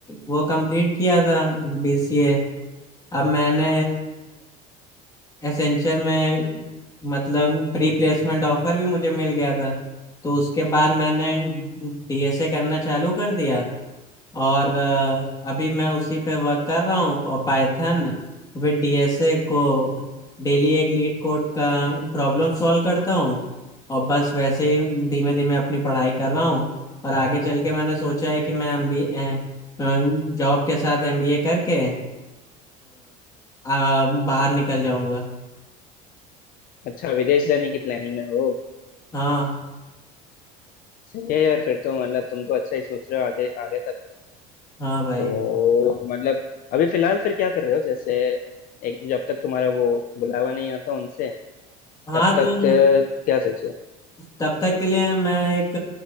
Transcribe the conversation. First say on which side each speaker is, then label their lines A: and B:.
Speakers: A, on the left; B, on the left.
A: वो कंप्लीट किया था बीसीए अब मैंने एसेंचर में मतलब प्री प्लेसमेंट ऑफर भी मुझे मिल गया था तो उसके बाद मैंने डीएसए करना चालू कर दिया और अ, अभी मैं उसी पे वर्क कर रहा हूँ और पाइथन विद डीएसए को डेली एक लीड कोड का प्रॉब्लम सॉल्व करता हूँ और बस वैसे ही धीमे धीमे अपनी पढ़ाई कर रहा हूँ और आगे चल के मैंने सोचा है कि मैं एमबीए जॉब के साथ एमबीए करके अ, आ, बाहर निकल जाऊंगा
B: अच्छा विदेश जाने की प्लानिंग में हो
A: हाँ
B: सही है यार फिर तो मतलब तुम तो अच्छा ही सोच रहे हो आगे आगे तक
A: हाँ भाई
B: तो मतलब अभी फिलहाल फिर क्या कर रहे हो जैसे एक जब तक तुम्हारा वो बुलावा नहीं आता उनसे
A: हाँ
B: तब
A: तो
B: तक अ, क्या सोचे हो
A: तब तक के लिए मैं एक